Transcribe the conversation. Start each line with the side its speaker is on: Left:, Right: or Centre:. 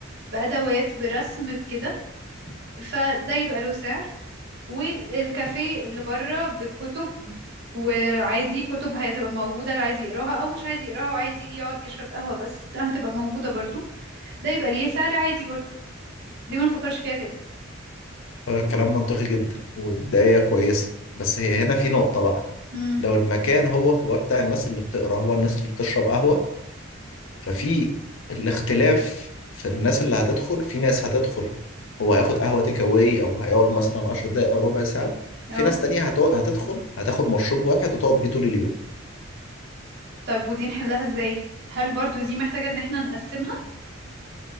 Right: بأدوات برسم بكده فده يبقى له سعر والكافيه اللي بره بالكتب وعادي كتب هتبقى موجودة اللي عايز يقراها أو مش عايز يقراها وعايز يجي يقعد يشرب قهوة بس ده هتبقى موجودة برضو ده يبقى ليه سعر عادي برضو ليه ما نفكرش فيها كده
Left: آه، كلام منطقي جدا وبداية كويسة بس هي هنا في نقطة بقى
Right: امم
Left: لو المكان هو هو بتاع الناس اللي بتقرأ هو الناس اللي بتشرب قهوة ففي الاختلاف في الناس اللي هتدخل في ناس هتدخل هو هياخد قهوة تيك أواي أو هيقعد مثلا 10 دقايق أو ربع ساعة
Right: اه
Left: في ناس تانية هتو- هتدخل هتاخد مشروب واحد وتقعد بيه طول اليوم
Right: طيب ودي نحلها ازاي هل برضو دي محتاجة ان احنا نقسمها